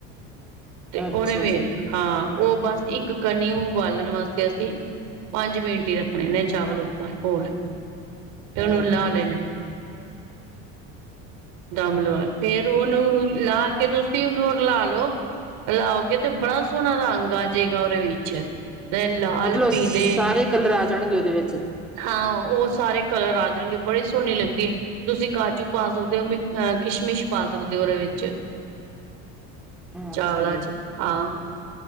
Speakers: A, on the right; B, in the centre.
A: ਤੇ
B: ਅੱਛਾ
A: ਉਹਨੇ ਵੇ
B: ਜੀ
A: ਹਾਂ ਉਹ ਬਸ ਇੱਕ ਕਨੀ ਉਬਾਲਣ ਵਾਸਤੇ ਅਸੀਂ, ਪੰਜ ਮਿੰਟ ਹੀ ਰੱਖਣੇ ਨੇ ਚਾਵਲ ਉੱਪਰ ਹੋਰ, ਤੇ ਉਹਨੂੰ
B: ਅੱਛਾ
A: ਲਾ ਲੈਣਾ।
B: ਜੀ
A: ਦਮ ਲਵਾ ਫਿਰ ਉਹਨੂੰ ਲਾ ਕੇ ਤੁਸੀਂ ਉਹਨੂੰ ਰਲਾ ਲਓ। ਰਲਾਓਗੇ ਤੇ ਬੜਾ ਸੋਹਣਾ ਰੰਗ ਆ ਜਾਏਗਾ ਉਹਦੇ ਵਿੱਚ। ਲਾਲ,
B: ਮਤਲਬ
A: ਪੀਲੇ
B: ਸਾਰੇ ਕਲਰ ਆ ਜਾਣਗੇ ਉਹਦੇ ਵਿੱਚ।
A: ਹਾਂ ਉਹ ਸਾਰੇ ਕਲਰ ਆ ਜਾਣਗੇ ਬੜੀ ਸੋਹਣੀ ਲੱਗਦੀ। ਤੁਸੀਂ ਕਾਜੂ ਪਾ ਸਕਦੇ ਹੋ ਅਹ ਮਿਠਾ ਕਿਸ਼ਮਿਸ਼ ਪਾ ਸਕਦੇ ਹੋ ਉਹਦੇ ਵਿੱਚ, ਚਾਵਲਾਂ
B: ਅੱਛਾ ਜੀ
A: ਚ ਹਾਂ,